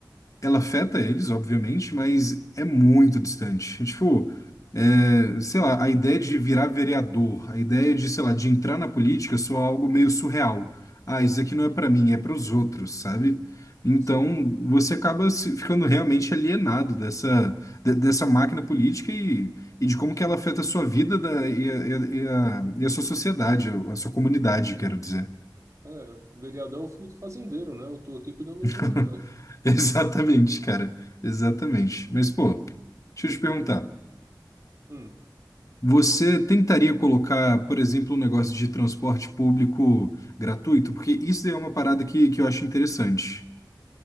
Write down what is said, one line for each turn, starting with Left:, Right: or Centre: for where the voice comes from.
Left: ela afeta eles, obviamente, mas é muito distante. É Tipo, é, sei lá, a ideia de virar vereador, a ideia de, sei lá, de entrar na política soa algo meio surreal. Ah, isso aqui não é pra mim, é para os outros, sabe? Então,
Right: Sim.
Left: você acaba se- ficando realmente alienado dessa, de- dessa máquina política e, e de como que ela afeta a sua vida da- e, a, e a- e a- e a sua sociedade, a sua comunidade, quero dizer.
Right: É, vereador é o filho do fazendeiro, né? Eu tô aqui cuidando do meu
Left: <laughs>
Right: boteco.
Left: Exatamente, cara. Exatamente. Mas, pô, deixa eu te perguntar.
Right: Hum.
Left: Você tentaria colocar, por exemplo, um negócio de transporte público gratuito? Porque isso daí é uma parada que, que eu acho interessante.